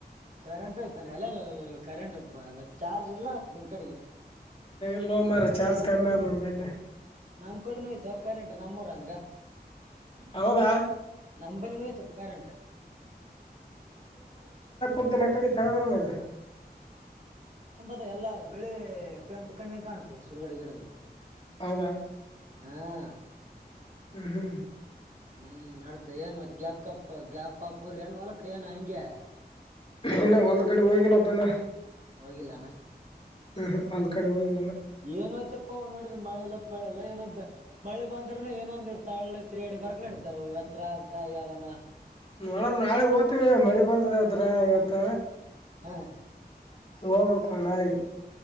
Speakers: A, on the right; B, on the left.
A: ಕರೆಂಟು ಆಯ್ತಾನ ಎಲ್ಲ ಕರೆಂಟ್ ಮ ಚಾರ್ಜ್ ಇಲ್ಲ ನಿಮ್ ಕಡೆಗೆ
B: ಲ್ಲೋ ಮಾರ ಚಾರ್ಜ ಕಮಿ ನ ಬಲೆ
A: ನಮ ಕಡನುೋಯ್ತುಕ್ಕಾರನ್ ನಮ್ಮೂರ ಅನ್ಗ
B: ಹೌದಾ
A: ನಂಬಲ್ಲಿ ನೋಯ್ತಪ್ಪು ಕಾರಂಟ
B: ಂತ ನ ಕಡೆ ರ್ದ
A: ದ ಎಲ್ಲಾ ಬೆಳಿ ಪೆ ಉಂಟು ಕೊಂಡಂ ಕಾಣುತ್ತೀವಿ ಸುಡುಗಡೆ ಗಿಡದ
B: ಹೌದಾ
A: ಹ್ಮ್
B: ಹ್ಮ್ ಹ್ಮ್
A: ಹ್ಮ್ ನಡ್ದು ಏನ್ ಮತ್ತತ್ ಗ್ಯಾಪ್ಕಪ್ ಗ್ಯಾಪ ಪೂರ್ರ ಏನ್ ಹೊಲಕ ಏನ ಹಂಗೆ
B: ್ಣ ವಲದಕಡೆ ಹೋಗಲಪ್ಪನ್ನ
A: ಹಗಿಲ್ಲಾನ
B: ಹ್ಮ ಅಲ್ ಕಡೆ ಹೋಗಿಲ್ಲಾನ
A: ಏನೋಯ್ತಪ್ಪ ಅವ್ ನೋಡಿದ್ರ ಮಳೆಲ್ಲಾ ಪಳೆಲ್ಲ ಏನ ಬ ಮಳೆ ಬಂದ್ರನ ಏೋ ಒಂದ ತಾಳ ಐತ್ರಿ ಎಡಿ ಬರಗ್ ನಡ ಎತ್ರ ಅಕ ಅದಾನ
B: ನೋಡಮ ನಾಳೆಗ್ ೋಗ್ವಿ ಮಳಿ ಬಂದದ ಅವಾವತ್ರ ಇವತ್ತ
A: ಹ್ಮ
B: ಹೋಬಕ್ಕ ನಾಳೆಗೆ